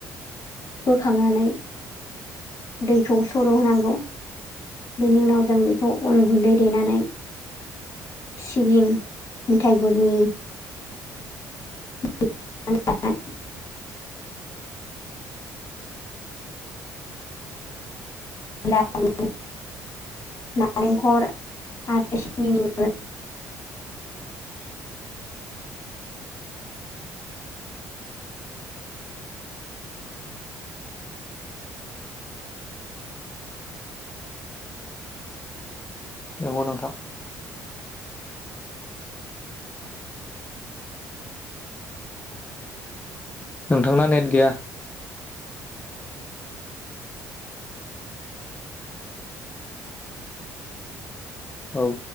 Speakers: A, on the left (about 45°); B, on the left (about 20°).
A: बोखांनानै दैखौ सर होनांगौ बेनि उनाव जों बेखौ अन गुन्दै देनानै सिबिं मेथाइ गुरनि <unintelligible> <unintelligible> नारेंखल आरो सिनि नि
B: नंगौ नोंथां नोंथांना नेट गैया औ